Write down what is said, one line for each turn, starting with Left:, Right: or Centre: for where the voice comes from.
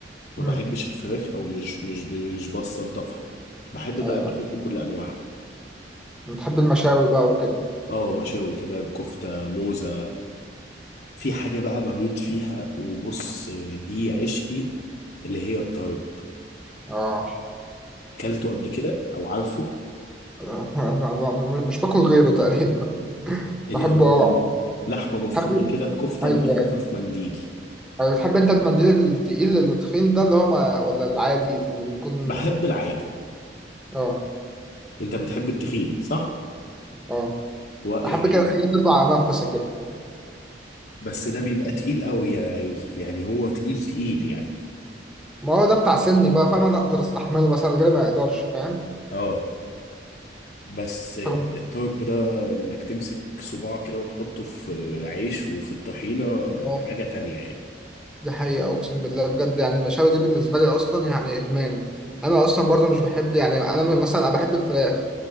Left: ما
Centre: امم
Left: بحبش الفراخ او مش مش مش بسلطفها بحب
Centre: ايوه
Left: بقى اللحوم بكل انواعها
Centre: بتحب المشاوي بقى وكده
Left: اه مشاوي كباب كفته موزه في حاجه بقى بموت فيها وبص دي عشقي اللي هي الطرب
Centre: اه
Left: كلته قبل كده او عارفه
Centre: <laughs> مش باكل غيره تقريبا
Left: اللي
Centre: بحبه
Left: هو
Centre: قوي
Left: لحمه مفرومه
Centre: بتحب
Left: كده كفته
Centre: ايوه
Left: ملفوفه
Centre: أيوة.
Left: في منديل
Centre: يعني بتحب انت المنديل التقيل التخين ده اللي هو ما... ولا العادي اللي يكون
Left: بحب العادي
Centre: اه
Left: انت بتحب التخين صح
Centre: اه
Left: ويعني
Centre: احب كده حاجه تطلع على نفسي كده
Left: بس ده بيبقى تقيل قوي يا يوسف يعني هو تقيل تقيل يعني
Centre: ما هو ده بتاع سني بقى فاهم انا اقدر استحمله مثلا غيري ما يقدرش فاهم
Left: اه بس
Centre: طبعا
Left: الطرب ده انك تمسك صباع كده وتحطه في عيش وفي الطحينة
Centre: آه،
Left: حاجة تانية يعني
Centre: دي حقيقه اقسم بالله بجد يعني المشاوي دي بالنسبه لي اصلا يعني ادمان انا اصلا برضو مش بحب يعني انا من- مثلا انا بحب الفراخ